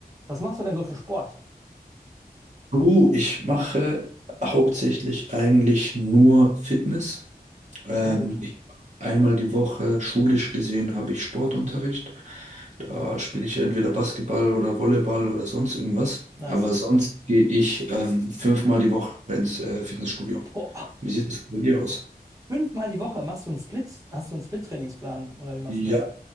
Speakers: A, on the right; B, on the right.
A: Was machst du denn so für Sport?
B: Du, ich mache hauptsächlich eigentlich nur Fitness. Ähm,
A: Sehr gut.
B: ich, einmal die Woche, schulisch gesehen, habe ich Sportunterricht. Da spiele ich entweder Basketball oder Volleyball oder sonst irgendwas.
A: Nice.
B: Aber sonst gehe ich ähm, fünfmal die Woche ins äh, Fitnessstudio.
A: Boah.
B: Wie sieht es bei dir aus?
A: Fünfmal die Woche machst du einen Split, hast du einen Split-Trainingsplan oder wie machst
B: Ja,
A: du das?